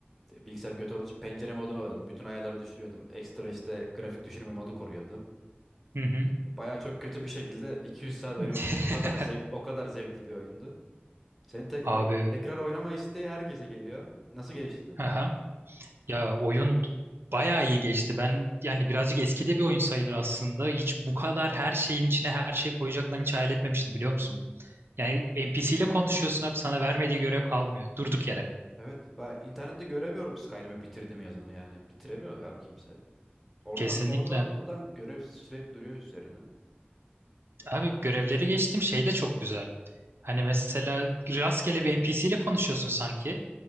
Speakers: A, in the centre; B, on the right.
A: bilgisayarım kötü olduğu için pencere modunu alıyordum. Bütün ayarları düşürüyordum. Ekstra işte grafik düşürme modu koruyordum.
B: Hı hı.
A: Bayağı çok kötü bir şekilde 200 saat oynamıştım.
B: <laughs>
A: O kadar zev- o kadar zevkli bir oyundu. Senin te-
B: Abi.
A: o tekrar oynama isteği herkese geliyor. Nasıl geçti?
B: <laughs> Ya oyun bayağı iyi geçti. Ben yani birazcık eskide bir oyun sayılır aslında. Hiç bu kadar her şeyin içine her şey koyacaklarını hiç hayal etmemiştim biliyor musun? Yani NPC ile konuşuyorsun abi sana vermediği görev kalmıyor. Durduk yere.
A: Evet. Ben internette göremiyorum Skyrim'i bitirdim yazanı yani. Bitiremiyor abi kimse. Oradan
B: Kesinlikle.
A: oradan buradan görev sıçrayıp duruyor üzerine.
B: Abi görevleri geçtim şey de çok güzel. Hani mesela rastgele bir NPC ile konuşuyorsun sanki.